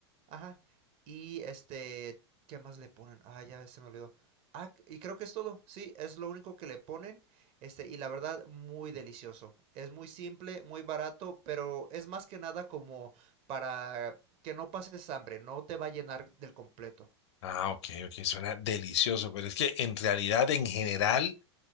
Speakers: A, on the right; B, on the left.
A: ajá, y este, ¿qué más le ponen? Ah, ya se me olvidó. Ah, y creo que es todo. Sí, es lo único que le ponen. Este, y la verdad, muy delicioso. Es muy simple, muy barato, pero es más que nada como para que no pases hambre, no te va a llenar del completo.
B: Ah, ok, ok, suena delicioso, pero es que en realidad, en general,